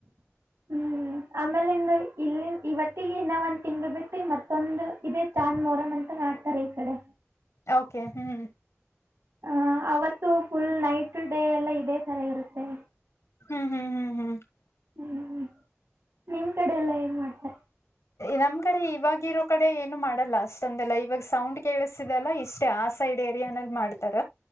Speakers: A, on the right; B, on the left.
A: ಹ್ಮ್ ಆಮೇಲೆ ಇಂದು ಇಲ್ಲಿ ಇವತ್ತಿಗೆ ಇನ್ನ ಒಂದ್ ತಿಂಗಳು ಬಿಟ್ಟು ಮತ್ತೊಂದು ಇದೇ.. ಚಾಂದ್ ಮೋರಮ್ ಅಂತ ಮಾಡ್ತಾರೆ ಈ ಕಡೆ.
B: ಓಕೆ.. ಹ್ಮ್
A: ಹ ಅವತ್ತು ಫುಲ್ ನೈಟ್ ಡೇ ಎಲ್ಲ ಇದೇ ಥರ ಇರುತ್ತೆ..
B: ಹ್ಮ್ ಹ್ಮ ಹ್ಮ್.. ಹ್ಮ್
A: ಹ್ಮ್ ನಿಮ್ ಕಡೆ ಎಲ್ಲ ಹೆೇಂಗ ಮಾಡ್ತ..
B: ನಮ್ ಕಡೆ ಇವಾಗಿರೋ ಕಡೆ ಏನು ಮಾಡಲ್ಲ ಅಷ್ಟೊಂದೆಲ್ಲ ಇವಾಗ ಸೌಂಡ್ ಕೇಳಸಿದೆಲ್ಲ ಇಷ್ಟ.. ಆ ಸೈಡ್ ಏರಿಯಾನಲ್ಲಿ ಮಾಡ್ತಾರ